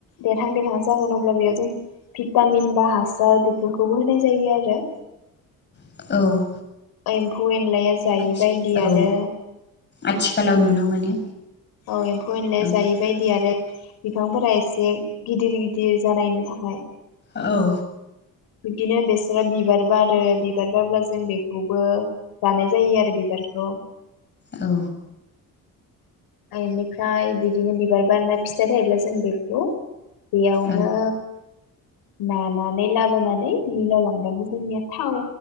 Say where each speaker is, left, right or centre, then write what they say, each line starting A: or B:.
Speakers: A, on the left; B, on the left.
A: देरहां देरहां जागोन अब्ला बेयाव जों भिटामिन बा हा <unintelligible> बेफोरखौबो होनाय जायो आरो।
B: औ औ।
A: एम्फु एन लाया जायिबायदि
B: आथि औ
A: आरो।
B: आथिखालाव नुनो मोनो।
A: औ एम्फौ एनलाय
B: औ
A: जायि बायदि आरो। बिफांफोरा एसे गिदिर गिदिर जानायनि थाखाय।
B: औ।
A: बिदिनो बेसोरा बिबार बारो बिबार बारब्ला जों बेखौबो जानाय जायो आरो बिबारखौ।
B: औ।
A: इनिफ्राय बिदिनो बिबार बारना फिथाइ थायोब्ला जों बेखौ। बेयावनो।
B: औ
A: नानानै लाबोनानै मिलाव लांबानो जोंनिया थाव।